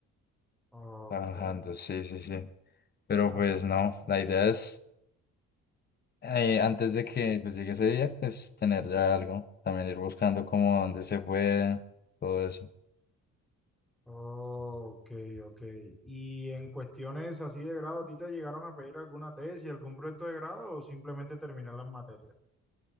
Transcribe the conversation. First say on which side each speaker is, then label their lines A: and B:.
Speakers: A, in the centre; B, on the left (about 30°).
A: Ok,
B: trabajando, sí, sí, sí. Pero
A: ok,
B: pues no, la idea es, eh, antes de que pues llegue ese día, pues tener ya algo, también ir buscando como dónde se puede, todo eso.
A: ok, ok. ¿Y en cuestiones así de grado, a ti te llegaron a pedir alguna tesis, algún proyecto de grado o simplemente terminar las materias?